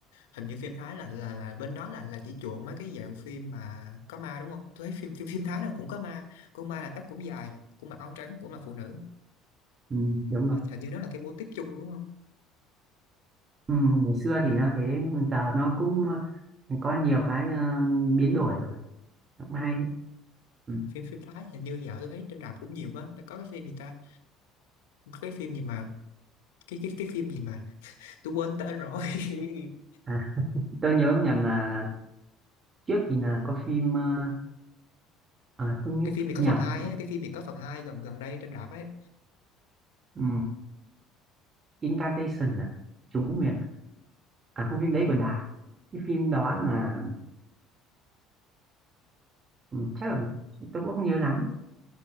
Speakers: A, on the left (about 70°); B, on the right (about 30°).
A: hình như phim Thái là là là bên đó là là chỉ chuộng mấy cái dạng phim mà có ma đúng không tôi thấy phim phim phim Thái nào cũng có ma con ma là tóc cũng dài cũng mặc áo trắng cũng là phụ nữ
B: ừ, đúng rồi
A: hình hình như nó là cái mô típ chung đúng không
B: ừ, ngày xưa thì nó thế nhưng giờ nó cũng ờ, có nhiều cái ờ, biến đổi rồi nó cũng
A: ừ.
B: hay ừ.
A: phim phim Thái hình như dạo tôi thấy trên rạp cũng nhiều quá nó có cái phim gì ta có cái phim gì mà cái cái cái phim gì mà tôi quên tên rồi <laughs>
B: à, tôi nhớ nhầm là trước thì là có phim ờ, à, không nhớ-
A: cái phim này có
B: nhầm
A: phần hai ấy cái phim này có phần hai gần gần đây trên rạp ấy
B: ừ. Incantation à chú nguyền à không phim đấy của Đài cái phim đó là ừ, chắc là tôi cũng không nhớ lắm